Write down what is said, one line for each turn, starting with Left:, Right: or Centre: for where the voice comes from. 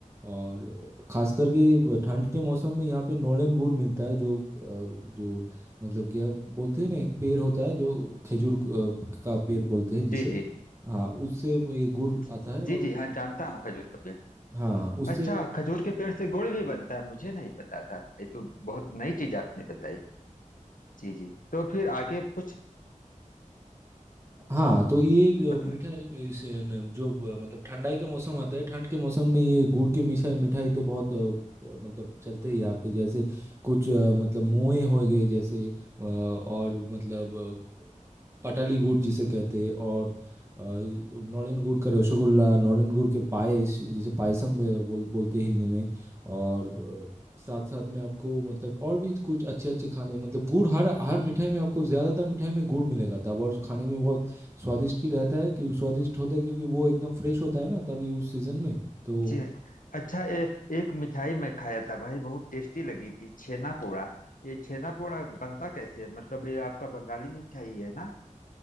Right: और खास करके ब- ठंड के मौसम में यहाँ पे नॉलेन गुड़ मिलता है जो अ, जो मतलब क्या बोलते हैं ना एक पेड़ होता है जो खजूर अ, का पेड़ बोलते हैं जिसे
Left: जी जी
Right: हाँ उससे ये गुड़
Left: जी
Right: आता है और
Left: जी जी
Right: उससे
Left: हाँ जानता हूँ खजूर का पेड़
Right: हाँ उससे
Left: अच्छा खजूर के पेड़ से गुड़ भी बनता है मुझे नहीं पता था ये तो बहुत नई चीज आपने बताई जी जी तो फिर आगे कुछ
Right: हाँ तो ये
Left: मतलब
Right: अ, मिठाई इस, अ, न- जो अ, मतलब ठंडाई का मौसम आता है ठंड के मौसम में ये गुड़ की मिठाई मिठाई तो बहुत अ, अ, मतलब चलते हैं यहाँ पे जैसे कुछ अ, मतलब मोए हो गए जैसे अ, और मतलब अ, पटाली गुड़ जिसे कहते हैं और अ, नौलन गुड़ का रसगुल्ला नौलन गुड़ के पायस जिसे पायसम ब- बोल बोलते हैं हिंदी में और अ, साथ साथ में आपको मतलब और भी कुछ अच्छे अच्छे खाने मतलब गुड़ हर हर मिठाई में आपको ज़्यादातर मिठाई में गुड़ मिलेगा तब और खाने में बहुत स्वादिष्ट की रहता है क्योंकि स्वादिष्ट होता है क्योंकि वो एकदम फ्रेश होता है ना तभी उस सीजन में तो
Left: जी हाँ जी अच्छा ए, एक मिठाई मैं खाया था भाई बहुत टेस्टी लगी थी छेना पोड़ा ये छेना पोड़ा बनता कैसे है मतलब ये आपका बंगाली मिठाई है ना